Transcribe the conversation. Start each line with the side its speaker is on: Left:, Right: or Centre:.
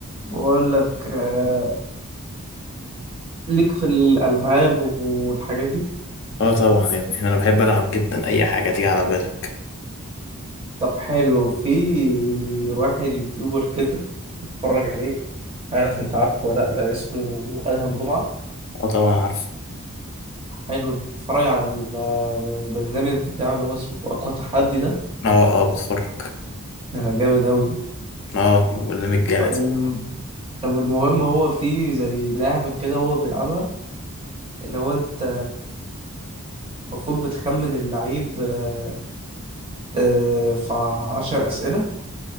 Right: بقول لك آه، ليك في الألعاب والحاجات دي
Left: اه طبعا يا ابني انا بحب العب جدا اي حاجه تيجي على بالك
Right: طب حلو في واحد يوتيوبر كده اتفرج عليه عارف انت عارفه ولا لأ، آه، اسمه أدهم جمعة
Left: اه طبعا عارف
Right: حلو تتفرج على ال- آه، البرنامج بتاعه اللي هو اسمه أقوى تحدي ده
Left: اه اه بتفرج
Right: ده جامد أوي
Left: اه برنامج جامد
Right: الم- طب المهم هو في زي لعبة كده هو بيلعبها اللي هو انت المفروض بتخمن اللعيب آه، آه، في عشر أسئلة